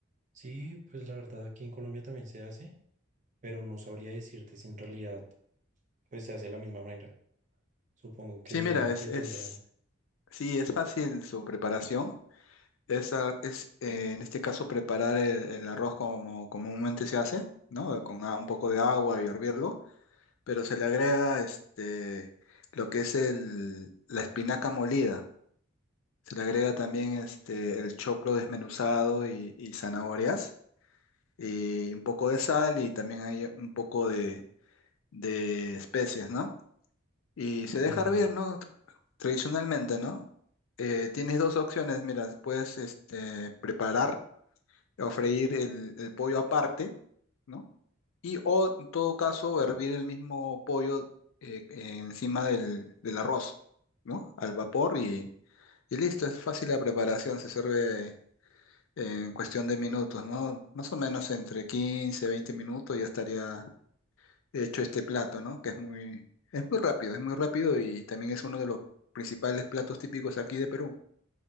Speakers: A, on the right (about 35°); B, on the left (about 75°).
A: Sí, pues la verdad aquí en Colombia también se hace, pero no sabría decirte si en realidad pues se hace de la misma manera. Supongo que,
B: Sí, mira, es,
A: que
B: es,
A: tendrá,
B: Sí, es fácil su preparación. Es, ah, es, eh, en este caso preparar el, el arroz como comúnmente se hace, ¿no? Con a- un poco de agua y hervirlo, pero se le agrega este, lo que es el, la espinaca molida. Se le agrega también este, el choclo desmenuzado y, y zanahorias y un poco de sal y también hay un poco de, de especias, ¿no? Y se deja
A: sí.
B: hervir, ¿no? Tradicionalmente, ¿no? Eh, tienes dos opciones, mira, puedes este, preparar o freír el, el pollo aparte, ¿no? Y o en todo caso hervir el mismo pollo eh, encima del, del arroz, ¿no? Al vapor y, y listo, es fácil la preparación, se sirve en cuestión de minutos, ¿no? Más o menos entre 15 20 minutos ya estaría hecho este plato, ¿no? Que es muy, es muy rápido, es muy rápido y también es uno de los principales platos típicos aquí de Perú.